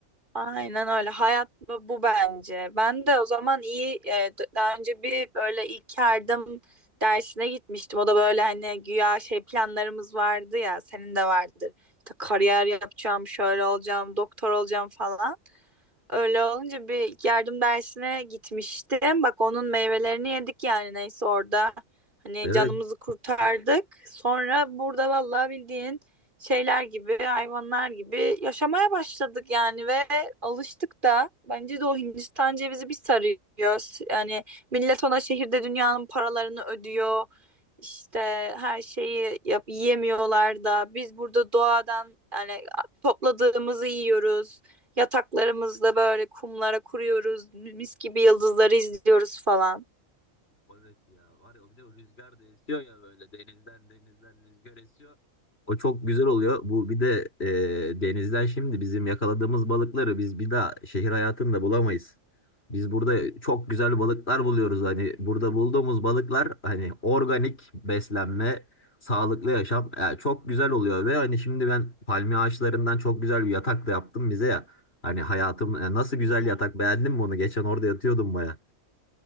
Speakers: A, on the right (about 35°); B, on the left (about 45°).
A: Aynen öyle. Hayat bu, bu bence. Ben de o zaman iyi e, d- daha önce bir böyle ilk yardım dersine gitmiştim. O da böyle hani güya şey planlarımız vardı ya senin de vardır. İşte kariyer yapacağım, şöyle olacağım, doktor olacağım falan. Öyle olunca bir yardım dersine gitmiştim. Bak onun meyvelerini yedik yani neyse orada. Hani
B: Evet.
A: canımızı kurtardık. Sonra burada vallahi bildiğin şeyler gibi, hayvanlar gibi yaşamaya başladık yani ve alıştık da. Bence de o Hindistan cevizi bir sarıyor. Yani millet ona şehirde dünyanın paralarını ödüyor. İşte her şeyi yap, yiyemiyorlar da biz burada doğadan yani topladığımızı yiyoruz. Yataklarımızda böyle kumlara kuruyoruz. Mis gibi yıldızları izliyoruz falan.
B: O Evet ya var ya o bir de o rüzgar da esiyor ya böyle denizden denizden rüzgar esiyor. O çok güzel oluyor. Bu bir de e, denizden şimdi bizim yakaladığımız balıkları biz bir daha şehir hayatında bulamayız. Biz burada çok güzel balıklar buluyoruz. Hani burada bulduğumuz balıklar hani organik beslenme, sağlıklı yaşam yani çok güzel oluyor ve hani şimdi ben palmiye ağaçlarından çok güzel bir yatak da yaptım bize ya. Hani hayatım e, nasıl güzel
A: Hı hı.
B: yatak beğendin mi onu? Geçen orada yatıyordum baya.